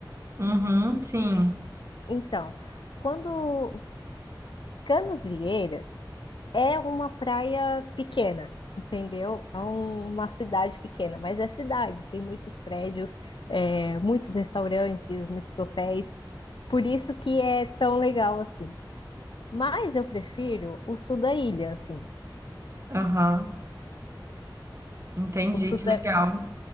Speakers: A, on the right; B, on the left.
A: Uhum, sim.
B: Então, quando Canasvieiras É uma praia pequena, entendeu? É um- uma cidade pequena, mas é cidade, tem muitos prédios, é, muitos restaurantes, muitos hotéis, por isso que é tão legal assim. Mas eu prefiro o sul da ilha, assim.
A: Aham, entendi,
B: O sul
A: que
B: da,
A: legal.